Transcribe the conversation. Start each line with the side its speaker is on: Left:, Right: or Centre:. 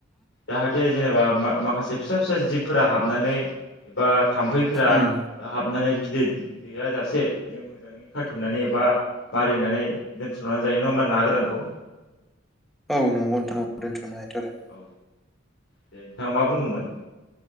Left: जाहाथे जेनेबा मा-माखासे फिसा फिसा जिबफोरा हाबनानै एबा थाम्फैफोरा
Centre: उम
Left: हाबनानै बिदै दैैया जासे जों मोजाङै खाथेनानै एबा मारिनानै दोनथुमनानै जायो नङा होमा ना गोरानखौ
Centre: औ नंगौ नोंथां दोनथुमना जायोथ' आरो।
Left: औ दे नोंथाङा मा बुंनोमोन?